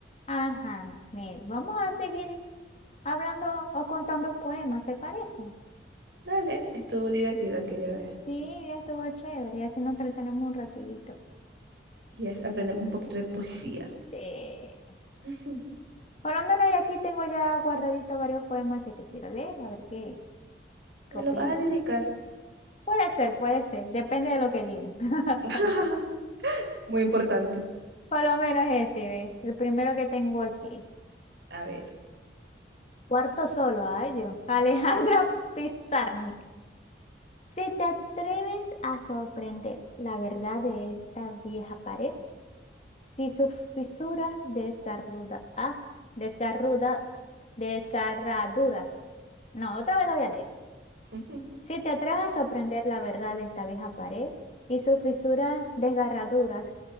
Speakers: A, on the left; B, on the right.
A: Ajá, mira, vamos a seguir hablando o contando poemas, ¿te parece?
B: Dale, estuvo divertido aquella vez.
A: Sí, estuvo chévere, y así nos entretenemos un ratito.
B: Y es, aprendemos un poquito de poesía.
A: Sí.
B: Ujú.
A: Por lo menos y aquí tengo ya guardaditos varios poemas que te quiero leer, a ver qué,
B: <laughs>
A: qué
B: ¿Me
A: opinas.
B: lo vas a dedicar?
A: Puede ser, puede ser, depende de lo que digan. <laughs>
B: <laughs> Muy importante.
A: Por lo menos este, ve, el primero que tengo aquí.
B: A ver.
A: Cuarto solo, ay Dios. Alejandra Pizarnik. Si te atreves a sorprender la verdad de esta vieja pared, si su fisura desgarruda, ah, desgarruda, desgarraduras. No, otra vez lo voy a leer.
B: Ujú.
A: Si te atreves a sorprender la verdad de esta vieja pared y sus fisuras desgarraduras,